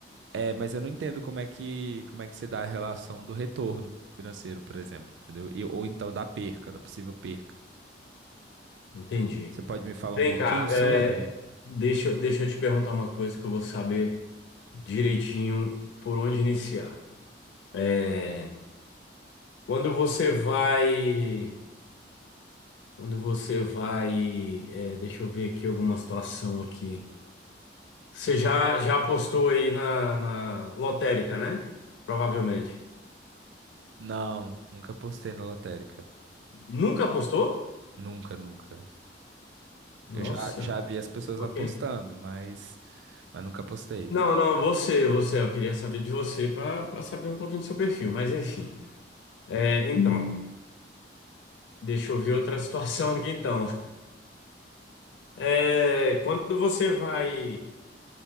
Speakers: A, on the right (about 75°); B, on the left (about 75°).
A: É, mas eu não entendo como é que, como é que se dá a relação do retorno financeiro, por exemplo, entendeu? E, ou então da perca, da possível perca.
B: entendi.
A: Você você pode me falar
B: Vem
A: um pouquinho
B: cá,
A: sobre?
B: é, deixa, eu- deixa eu te perguntar uma coisa que eu vou saber direitinho por onde iniciar. É, quando você vai, quando você vai, é, deixa eu ver aqui alguma situação aqui. Você já, já apostou aí na, na lotérica, né? Provavelmente.
A: Não, nunca apostei na lotérica.
B: Nunca apostou?
A: Nunca, nunca.
B: Nossa,
A: Eu já, já vi as pessoas
B: ok.
A: apostando, mas, mas nunca apostei.
B: Não, não, você, você, eu queria saber de você para para saber um pouquinho do seu perfil, mas enfim. É, então. Deixa eu ver outra <laughs> situação aqui então. É, quando você vai.